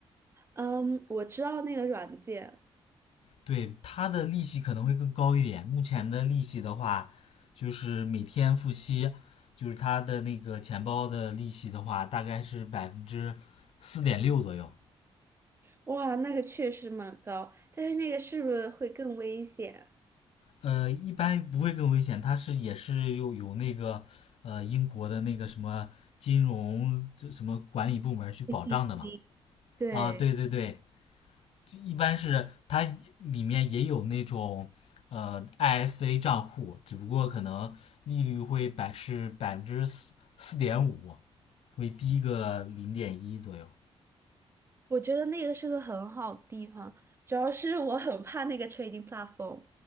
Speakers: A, on the right; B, on the left.
A: 嗯，我知道那个软件，
B: 对，它的利息可能会更高一点。目前的利息的话，就是每天付息，就是它的那个钱包的利息的话，大概是百分之四点六左右。
A: 哇，那个确实蛮高，但是那个是不是会更危险？
B: 呃，一般不会更危险，它是也是有有那个呃英国的那个什么金融这什么管理部门去保障的嘛。
A: <laughs> 对，
B: 啊，对对对，一般是它里面也有那种呃 ISA 账户，只不过可能利率会百是百分之四四点五，会低个零点一左右。
A: 我觉得那个是个很好的地方，主要是我很怕那个 trading platform，